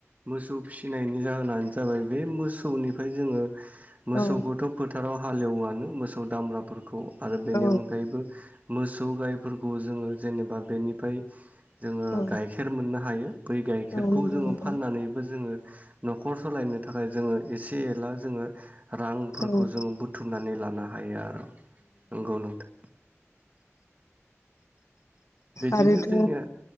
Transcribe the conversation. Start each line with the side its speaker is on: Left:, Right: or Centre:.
Right: मोसौ फिसिनायनि जाहोनानो जाबाय बे मोसौनिफ्राय जोङो मोसौखौथ'
Left: औ
Right: फोथाराव हालेवओयानो मोसौ दामब्राफोरखौ आरो बेनि
Left: औ
Right: अनगायैबो मोसौ गायफोरखौ जोङो जेनेबा बेनिफ्राय जोङो
Left: औ
Right: गाइखेर मोननो हायो बै गाइखेरखौ
Left: औ नंगौ
Right: जोङो
Left: नोंथां
Right: फाननानैबो जोङो न'खर सलायनो थाखाय जोङो एसे एला जोङो रांफोरखौ
Left: औ
Right: जोङो बुथुमनानै लानो हायो आर औ नंगौ नोंथां। बिदिनो
Left: आरोथ'
Right: जोंनिया